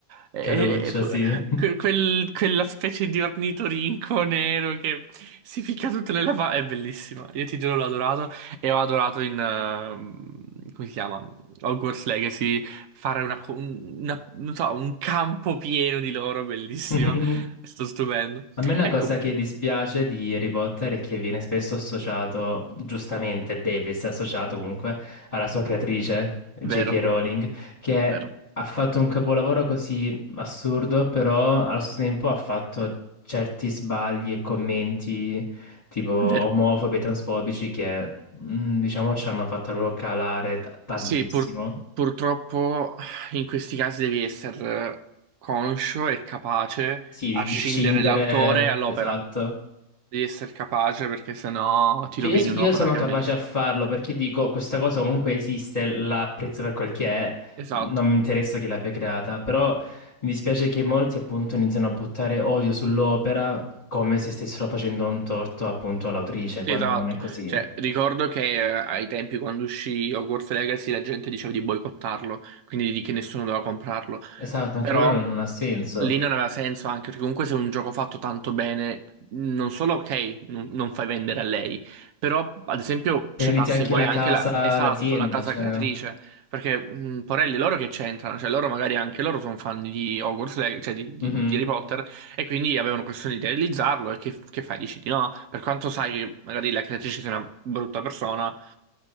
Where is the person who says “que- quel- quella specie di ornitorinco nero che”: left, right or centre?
Right